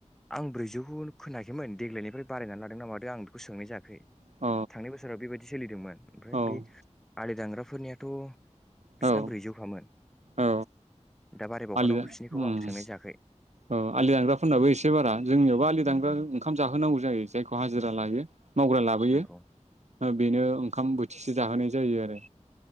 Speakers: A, in the centre; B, on the right.
A: आं ब्रैजौखौ खोनायाखैमोन देग्लायनिफ्राय बारायनानै लादोंना मादों आं बेखौ सोंनाय जायाखै।
B: औ
A: थांनाय बोसोराव बेबायदि सोलिदोंमोन। ओमफ्राय
B: औ
A: बे दांग्राफोरनियाथ' बिसोरना
B: औ
A: ब्रैजौखामोन।
B: औ
A: दा बारायबावखा
B: आलि
A: नांगौ
B: दा
A: बिसिनिखौबो
B: उम
A: आं सोंनाय जायाखै
B: औ आलि दानांग्राफोरनाबो एसे बारा जोंनियावबो आलि दानग्रा ओंखाम जाहोनांगौ जायो जायखौ हाजिरा लायो। मावग्रा लाबोयो
A: नंगौ
B: बेनो ओंखाम बोत से जाहोनाय जायो आरो